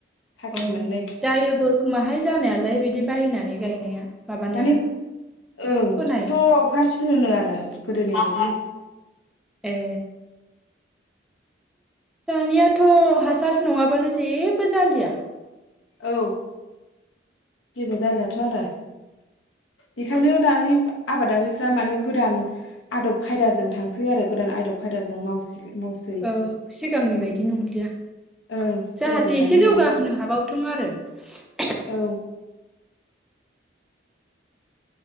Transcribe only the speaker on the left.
पाकेट
मोननै
माने ओं
स्र हारसिन होनो आरो गोदोनि बादि
औ जेबो जालाथ आरो बेखायनो दानि आबादारिफ्रा माने गोदान आदब खायदाजों थांसै आरो गोदान आदब खायदाजों मावसि मावसै
ओं
सिगांनि बायदि
नंला
औ